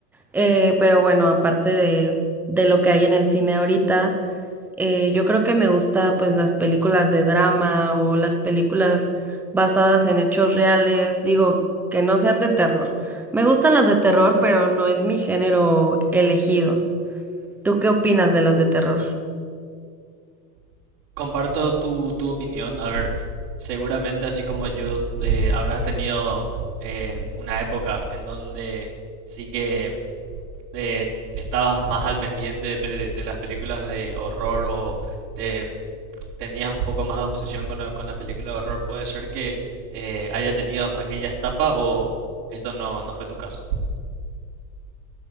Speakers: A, in the centre; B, on the right.
A: Eh, pero bueno, aparte de, de lo que hay en el cine ahorita, eh, yo creo que me gusta pues las películas de drama o las películas basadas en hechos reales, digo, que no sean de terror. Me gustan las de terror, pero no es mi género elegido. ¿Tú qué opinas de las de terror?
B: Comparto tu, tu opinión. A ver, seguramente así como yo eh, habrás tenido en una época en donde sí que eh, estabas más al pendiente de, pe- de las películas de horror o de- tenías un poco más de obsesión con la, con la película de horror, puede ser que eh, haya tenido aquella etapa o esto no, no fue tu caso.